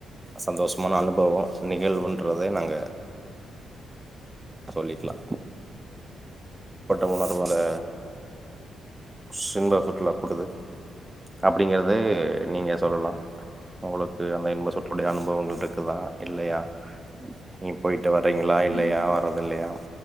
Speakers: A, on the right; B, on the left.
A: சந்தோஷமான அனுபவோ நிகழ்வுன்றதே நாங்க சொல்லிக்லா போட்ட உட்னே அது
B: கண்டிப்பா
A: ஒரு
B: பிரதர்
A: சின்பச் சுற்றுலா கூடுது அப்படிங்கறத நீங்க சொல்லலா உங்களுக்கு அந்த இன்ப சுற்று உடைய அனுபவங்கள் இருக்குதா இல்லையா நீங்க போயிட்டு வர்றீங்களா இல்லையா
B: இன்ப
A: ஏன் வரது
B: சொற்
A: இல்லையா